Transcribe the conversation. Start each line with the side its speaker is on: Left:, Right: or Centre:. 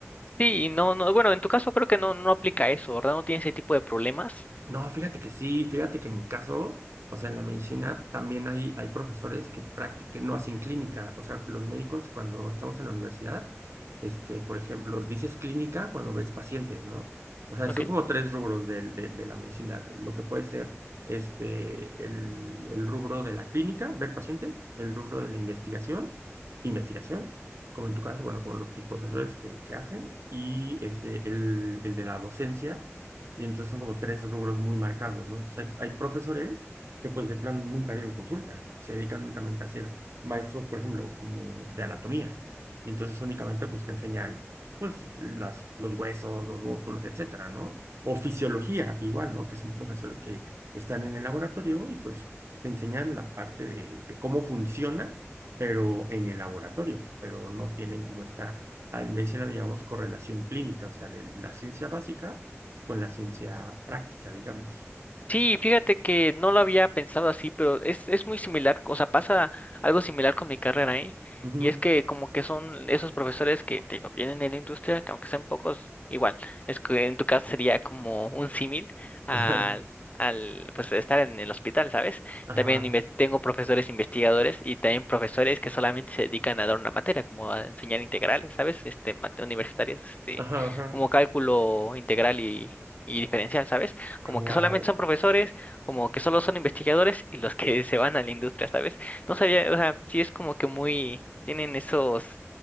Left: Sí, y no, no, bueno, en tu caso creo que no, no aplica eso, ¿verdad? No tiene ese tipo de problemas.
Right: No, fíjate que sí, fíjate que en mi caso, o sea, en la medicina también hay, hay profesores que, prácti- que no hacen clínica, o sea, los médicos cuando estamos en la universidad, este, por ejemplo, dices clínica cuando ves pacientes, ¿no? O sea,
Left: Ok.
Right: son como tres rubros del- de, de la medicina, lo que puede ser este, el, el rubro de la clínica, ver pacientes, el rubro de la investigación, investigación, como en tu caso, bueno, como los, tus profesores que, que hacen, y este, el, el de la docencia y entonces son como tres rubros muy marcados, ¿no? Entonces hay, hay profesores que pues de plano nunca dieron consulta, se dedican únicamente a ser maestros, por ejemplo, como de anatomía. Y entonces únicamente pues te enseñan pues las, los huesos, los músculos, etcétera, ¿no? O fisiología, igual, ¿no? Que son profesores que están en el laboratorio y pues te enseñan la parte de, de cómo funciona, pero en el laboratorio, pero no tienen como esta, en medicina le llamamos correlación clínica, o sea, de la ciencia básica con la ciencia práctica, digamos.
Left: Sí, fíjate que no lo había pensado así, pero es, es muy similar, o sea, pasa algo similar con mi carrera, ¿eh?
Right: Ujú.
Left: Y es que como que son esos profesores que te digo, vienen de la industria, que aunque sean pocos, igual, es que en tu caso sería como un símil al,
Right: <laughs>
Left: al, pues, estar en el hospital, ¿sabes?
Right: Ajá,
Left: También inves- tengo profesores investigadores y también profesores que solamente se dedican a dar una materia, como a enseñar integrales, ¿sabes? Este, mate- universitarias, este,
Right: ajá, ajá,
Left: como cálculo integral y, y diferencial, ¿sabes? como
Right: Wow.
Left: que solamente son profesores, como que solo son investigadores y los que <laughs> se van a la industria, ¿sabes? No sabía, o sea, sí es como que muy, tienen esos,